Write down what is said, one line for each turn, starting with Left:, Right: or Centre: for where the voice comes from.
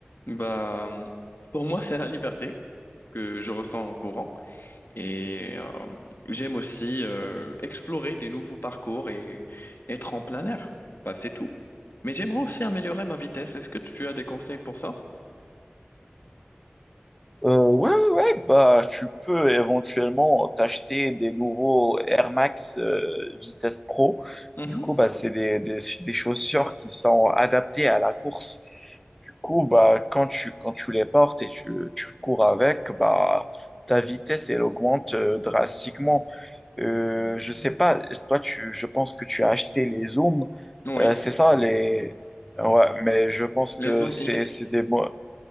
Left: Bah, hum, pour moi, c'est la liberté que je ressens en courant et euh, j'aime aussi euh, explorer des nouveaux parcours et être en plein air. Bah, c'est tout. Mais j'aimerais aussi améliorer ma vitesse. Est-ce que tu as des conseils pour ça?
Centre: Euh, ouais, ouais, ouais, bah, tu peux éventuellement t'acheter des nouveaux Air Max euh, Vitesse Pro.
Left: Mhm.
Centre: Du coup, bah, c'est des, des, des chaussures qui sont adaptées à la course. Du coup, bah, quand tu, quand tu les portes et tu, tu cours avec, bah, ta vitesse, elle augmente euh, drastiquement. Euh, je sais pas, toi, tu, je pense que tu as acheté les Zooms.
Left: Oui,
Centre: Euh, c'est ça, les... Ouais, mais je pense
Left: les
Centre: que
Left: zooms
Centre: c'est
Left: X.
Centre: c'est des... mo-